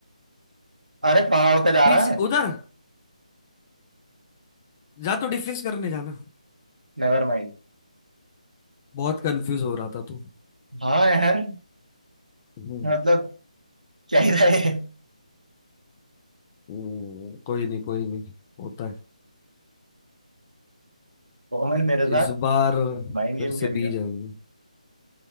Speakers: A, on the right; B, on the left.
A: अरे कहाँ उड़ के जा
B: पीछे
A: रहा है
B: उधर जा तो डिफेंस करने जाना
A: Never mind
B: बहुत कंफ्यूज हो रहा था तू
A: हाँ यार
B: हम्म,
A: मतलब क्या ही रहे
B: हम्म, कोई नहीं कोई नहीं होता
A: कॉमन मेरे
B: है
A: साथ
B: इस बार
A: माइंड
B: फिर
A: गेम
B: से
A: खेल
B: बी जाएंगे